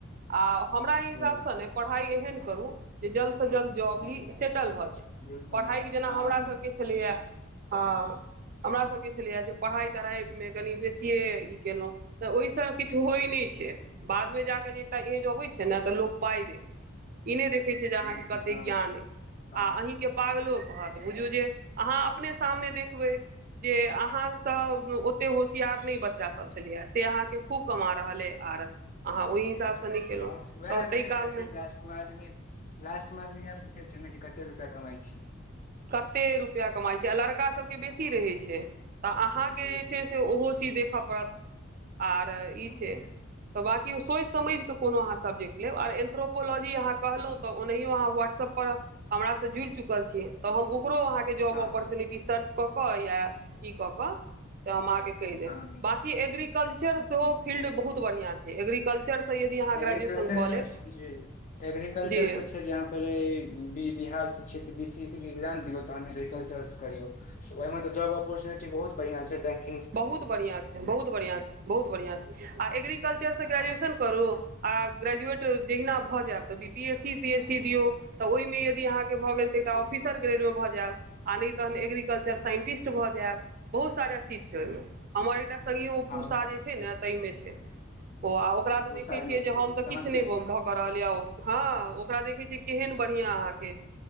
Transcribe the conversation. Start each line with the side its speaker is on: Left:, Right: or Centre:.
Right: आ हमरा हिसाब
Left: ओ
Right: से नऽ पढ़ाई एहन करू जे जल्द सँ जल्द जॉब ली
Left: हूं
Right: सेटल भऽ जाइ
Left: बिलकुल
Right: पढ़ाइ जेना
Left: हँ
Right: हमरा
Left: हँ
Right: सभ केँ छलै य हँ हमरासभके छलै यऽ जे पढ़ाइ तढ़ाइमे कनि बेसिए ई केलहुँ तऽ ओहि से किछ होय नहि छै बाद मे जाके जे एकटा एज अबै छै नऽ तऽ लोक पाइ देखै छै ई नहि देखै छै जे अहाँकेँ
Left: बिलकुल
Right: कते
Left: हँ
Right: ज्ञाने
Left: हँ
Right: आ आहीकेँ पागलो
Left: हँ
Right: कहत बुझू जे अहाँ अपने सामने देखबै जे अहाँ सब ओते हो सियार नै बच्चा सब छलै य से अहाँकेँ खूब कमा रहलइ आर अहाँ ओहि हिसाबसँ नहि
Left: हँ
Right: केलहुँ
Left: वएह
Right: तऽ
Left: मेन
Right: ताहि
Left: होइ
Right: कालमे
Left: छै लास्ट आदमी लास्ट मे आदमी यैह पूछे छै नऽ कते रुपया कमाइ छी
Right: कते रुपैया कमाइ छी आ लड़का सभ केँ बेसी रहै छै तऽ अहाँकेँ
Left: जी
Right: जे
Left: बिलकुल
Right: छै से ओहो चीज देखय पड़त आर ई
Left: हँ
Right: छै तऽ बाँकि ओ सोइच समइझ कऽ कोनो अहाँ सब देख लेब आ एन्थोपोलॉजी अहाँ कहलहुँ तऽ ओनाहियो अहाँ वाट्सप पर हमरा से जुड़ि चुकल छी तऽ हम ओकरो आहाँके जाव
Left: हँ
Right: अपरटूनिटि रिसर्च कऽ कऽ या ई कऽ कऽ से हम अहाँकेँ कहि देब
Left: हँ
Right: बाकी एग्रीकल्चर
Left: हँ
Right: सेहो फील्ड बहुत बढ़िया छै एग्रीकल्चर से यदि अहाँ ग्रेजुएशन
Left: एग्रीकल्चर
Right: कऽ
Left: क
Right: लेब
Left: <unintelligible> एग्रीकल्चर
Right: जी
Left: तऽ छै जे अहाँ पहिले ई बिहार सँ छिये तऽ बी सी ई सी केँ एग्जाम दियऔ तह एग्रीकल्चरस करियौ ओहिमे तऽ जॉब अपऑर्चुनिटी बहुत बढ़िया छैै बैंक
Right: बहुत बढ़िया छै बहुत बढ़िया छै बहुत बढ़िया छै आ एग्रीकल्चर सँ
Left: हँ
Right: ग्रेजुएशन करू आ ग्रेजवैट जहिना भऽ जायब तऽ बी पी एस सी <unintelligible> दियौ तऽ ओहिमे यदि अहाँकेँ भऽ गेल तऽ
Left: बिलकुल
Right: एकटा ऑफिसर ग्रेड मे भऽ जायब आ नहि तहन एग्रीकल्चर साइंटिस्ट भऽ जायब बहुत सारा ची छै ओहिमे हमर एकटा संभियो
Left: हँ
Right: पूषा जे छै नऽ ताहिमे छै ओ आ ओकरा तऽ
Left: पूसा
Right: देखे
Left: यूनिवर्सिटी
Right: छियै जे हम
Left: समस्तीपुर
Right: तऽ किछ नहि ब भ काय रहलय हँ ओकरा देखे छिये केहेन बढ़िया आहाँके